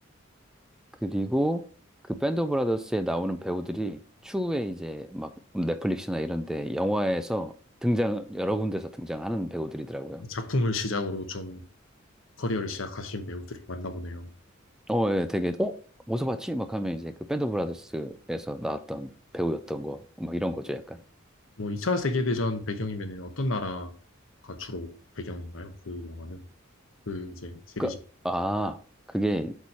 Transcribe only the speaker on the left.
작품을 시작으로 좀 커리어를 시작하신 배우들이 많나 보네요.
뭐 2차 세계대전 배경이면 어떤 나라가 주로 배경인가요? 그 영화는? 그 이제 시리즈.